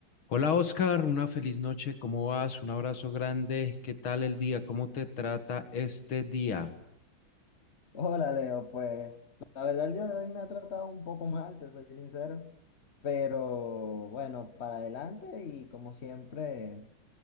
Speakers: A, on the left (about 85°); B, on the left (about 35°).
A: Hola Oscar, una feliz noche, ¿cómo vas? Un abrazo grande, ¿qué tal el día? ¿Cómo te trata este día?
B: Hola Leo, pues la verdad el día de hoy me ha tratado un poco mal, te soy sincero, pero bueno, para adelante y como siempre